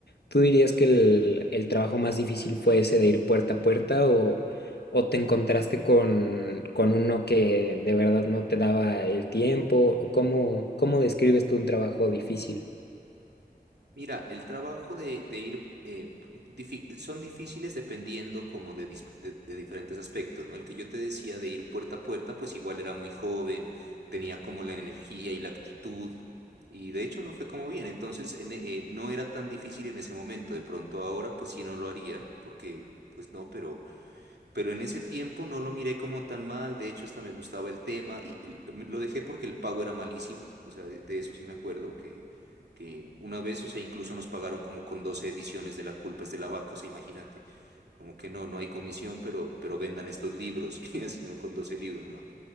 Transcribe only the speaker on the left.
¿Tú dirías que el, el trabajo más difícil fue ese de ir puerta a puerta o, o te encontraste con, con uno que de verdad no te daba el tiempo? ¿O cómo, cómo describes tú un trabajo difícil?